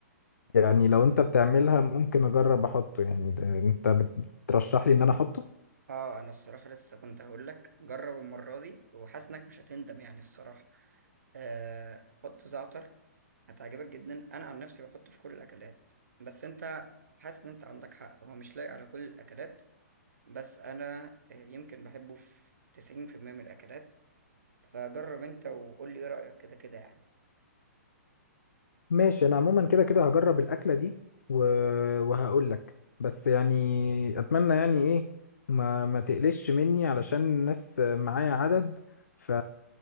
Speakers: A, on the left; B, on the right.
A: يعني لو انت بتعملها ممكن اجرب احطه يعني ده- انت بت- بترشح لي ان انا احطه
B: اه انا الصراحه لسه كنت هقول لك جرب المره دي وحاسس انك مش هتندم يعني الصراحه آه حط زعتر هتعجبك جدا انا عن نفسي بحطه في كل الاكلات بس انت حاسس ان انت عندك حق هو مش لايق على كل الاكلات بس انا آه، يمكن بحبه في 90% من الاكلات فجرب انت وقول لي ايه رايك كده كده يعني
A: ماشي انا عموما كده كده هجرب الاكله دي و... وهقول لك بس يعني اتمنى يعني ايه ما ما تقلش مني علشان الناس معايا عدد ف